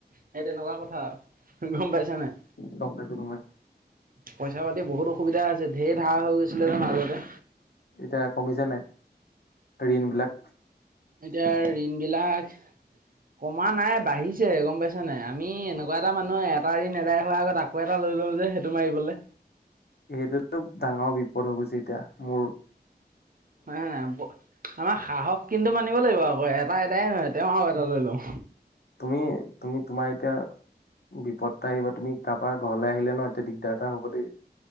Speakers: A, on the right; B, on the left.
A: সেই তেনেকুৱা কথা গম পাইছা নাই
B: গম পাইছো গম পাইছো
A: পইচা পাতি বহুত অসুবিধা আছে ধেৰ ধাৰ হৈ গৈছিলে নে মাজতে
B: এতিয়া কমিছে নাই ঋণ বিলাক
A: এতিয়া ঋণ বিলাক কমা নাই বাঢ়ি গম পাইছা নাই আমি এনেকুৱা এটা মানুহ এটা ৰিন এদাই হোৱাৰ আগত আকৌ এটা লৈ লও যে সেইটো মাৰিবলে
B: সেইটোতো ডাঙৰ বিপদ হৈ গৈছে এতিয়া মোৰ
A: হয় নাই আমাৰ সাহস কিন্তু মানিব লাগিব আকৌ এটা এটাই নহয় এ তেওঁ আৰু এটা লৈ লওঁ
B: তুমি তুমি তোমাৰ এতিয়া বিপদ এটা আহিব তুমি তাপা ঘৰলৈ আহিলে ন এতিয়া দিগদাৰ এটা হব দেই